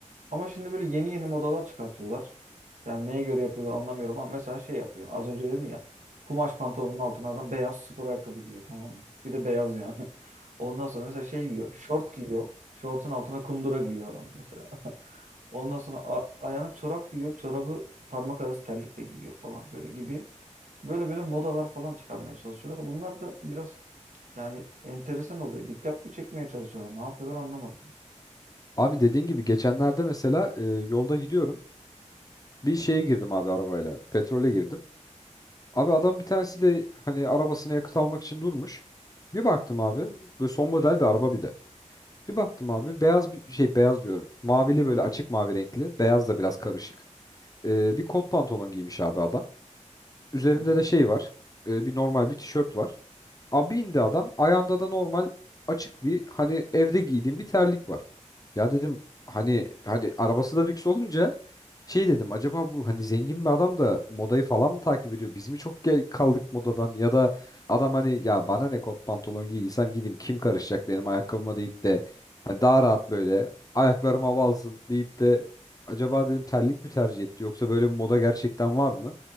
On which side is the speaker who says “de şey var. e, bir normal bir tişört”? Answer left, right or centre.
Left